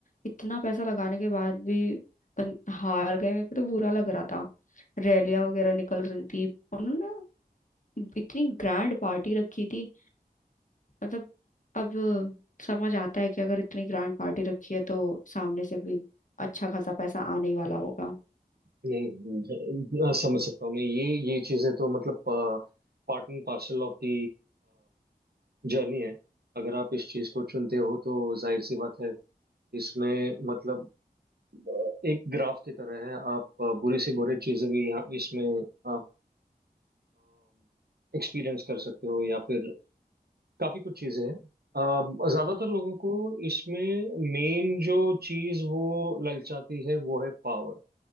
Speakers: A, on the left (about 55°); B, on the right (about 80°).
A: इतना पैसा लगाने के बाद भी बन- हार गए मेरे को तो बुरा लग रहा था रैलियां वगैरह निकल रही थी उन्होंने इतनी ग्रैंड पार्टी रखी थी मतलब अब समझ आता है कि अगर इतनी ग्रैंड पार्टी रखी है तो सामने से भी अच्छा खासा पैसा आने ही वाला होगा
B: नहीं नहीं, ज- समझ सकता हूँ मैं ये ये चीजें तो मतलब part and parcel of the journey है अगर आप इस चीज को चुनते हो तो जाहिर सी बात है इसमें मतलब अ, एक ग्राफ की तरह है आप अ, बुरी से बुरी चीजें भी यहाँ इसमें आप एक्सपीरियंस कर सकते हो या फिर काफी कुछ चीजें हैं अम, ज्यादातर लोगों को इसमें मेन जो चीज वो ललचाती है वो है पावर